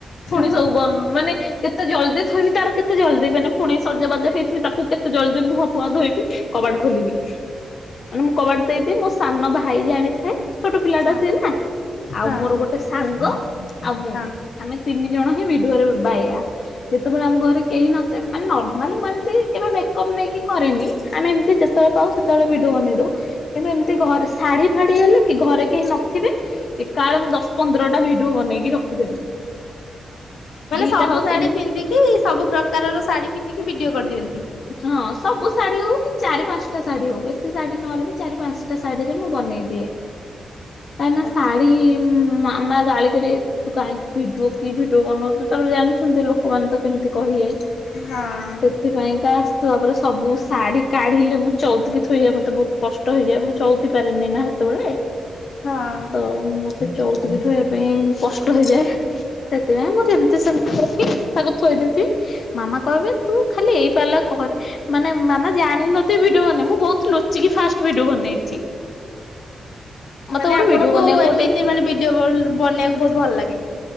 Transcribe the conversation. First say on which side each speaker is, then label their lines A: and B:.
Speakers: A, on the left; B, on the left.
A: ହଁ
B: ପୁଣି ସବୁ ବନ୍ଦ ମାନେ କେତେ ଜଲଦି ଥୋଇବି ତାର କେତେ ଜଲଦି ମାନେ ପୁଣି ସଜବାଜ ହେଇଥିବି ତାକୁ କେତେ ଜଲ୍ଦି ମୁହଁ ଫୁଅ ଧୋଇବି କବାଟ ଖୋଲିବି। ମାନେ ମୁଁ କବାଟ ଦେଇଦିଏ ମୋ ସାନ ଭାଇ ଜାଣିଥାଏ। ଛୋଟ ପିଲାଟା
A: ହଁ
B: ସିଏ ନା ଆଉ
A: ହଁ
B: ମୋର ଗୋଟେ ସାଙ୍ଗ ଆଉ ମୁଁ।
A: ହଁ।
B: ଆମେ ତିନି ଜଣ ହିଁ ଭିଡିଓରେ ବାୟା ଯେତେବେଳେ ଆମ ଘରେ କେହି ନଥିବେ ମାନେ ମାନେ ମୁଁ ଏମିତି କେବେ ମେକଅପ୍ ନେଇକି କରେନି ଆମେ ଏମିତି ଯେତେବେଳେ ପାଉ ସେତେବେଳେ ଭିଡିଓ ବନେଇ ଦଉ। କିନ୍ତୁ ଏମତି ଘରେ ଶାଢୀ ଫାଡି ହେଲେ ଘରେ କେହି ନଥିବେ ଏକା ବଳେ ମୁଁ ଦଶ ପନ୍ଦରଟା ଭିଡିଓ ବନେଇକି ରଖିଦେବି।
A: ମାନେ
B: ଦିଟା
A: ସବୁ
B: ହଉ
A: ଶାଢୀ
B: ତିନି
A: ପିନ୍ଧିକି ସବୁ ପ୍ରକାରର ଶାଢୀ ପିନ୍ଧିକି ଭିଡିଓ କରିଦିଅନ୍ତି।
B: ହଁ ସବୁ ଶାଢୀ ହଉ କି ଚାରି ପାଞ୍ଚଟା ଶାଢୀ ହଉ ବେଶୀ ଶାଢୀ ନହେଲେ ବି ଚାରି ପାଞ୍ଚଟା ଶାଢୀରେ ମୁଁ ବନେଇ ଦିଏ। କାହିଁ ନା
A: ଆଚ୍ଛା।
B: ଶାଢୀ ମାମା ଗାଳିିକରିବେ? ତୁ କାହିଁକି ଭିଡିଓ କି ଭିଡିଓ ବନଉଛୁ ତ ଜାଣିଛନ୍ତି ଲୋକମାନେ ତ କେମିତି କହିବେ?
A: ହଁ।
B: ସେଥିପାଇଁକା ତାପରେ ସବୁ ଶାଢ଼ୀ କାଢ଼ିଲେ ମୁଁ ଚଉକି ଥୋଇଯଏ ମତେ ବହୁତ କଷ୍ଟ ହେଇଯାଏ ମ ଚଉଥି ପାରିନି ନା ସେତେବେଳେ
A: ହଁ
B: ତ ମତେ ଚଉତିକି ଥୋଇବା ପାଇଁ କଷ୍ଟ ହେଇଯାଏ। ସେଥିପାଇଁ ମୁଁ ଯେମିତି ସେମିତି କରି ତାକୁ ଥୋଇଦେବି ମାମା କହିବେ ତୁ ଖାଲି ଏଇ ପାଲା କରେ। ମାନେ ମାମା ଜାଣିନଥିଲେ ଭିଡିଓ ବନେଇ ମୁଁ ବହୁତ ଲୁଚିକି ଫାଷ୍ଟ ଭିଡି ବନେଇଛି। ମତେ
A: ମାନେ
B: ଗୋଟେ
A: ଆପଣଙ୍କୁ
B: ଭିଡିଓ ବନେଇବାକୁ
A: ଏମିତି
B: ଗୋଟେ
A: ମାନେ ଭିଡିଓ ବନେଇବାକୁ ବହୁତ ଭଲ ଲାଗେ।